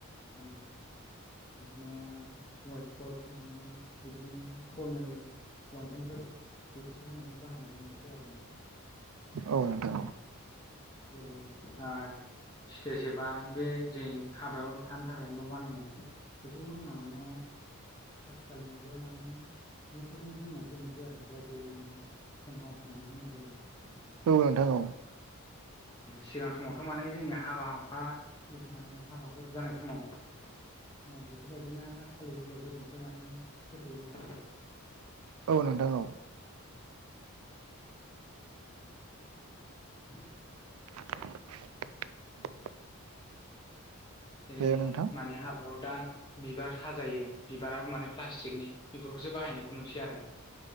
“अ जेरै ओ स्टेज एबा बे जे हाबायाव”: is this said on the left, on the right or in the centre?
Left